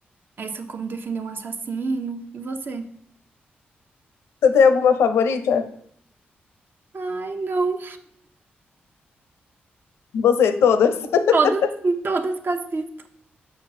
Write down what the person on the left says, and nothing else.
você tem alguma favorita?
Você, todas.
<laughs>